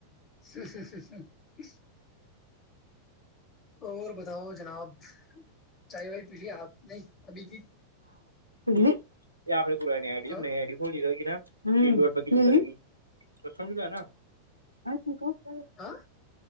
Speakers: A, on the left; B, on the right.
A: س س س س اور بتاؤ جناب چائے وائی پی ل آپ نہیں ابھی کی
B: <unintelligible> پورا نیڈی
A: ہاں
B: نیی بولی ہوگیا ل تو سمج ل نا <unintelligible>
A: ہاں